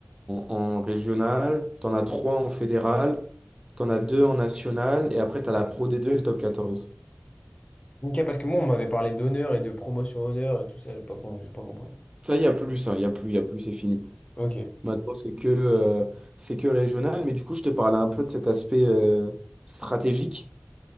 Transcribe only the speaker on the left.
Ok, parce que moi, on m'avait parlé d'honneur et de promotion honneur et tout ça, j'ai pas, com- j'ai pas compris.
Ok.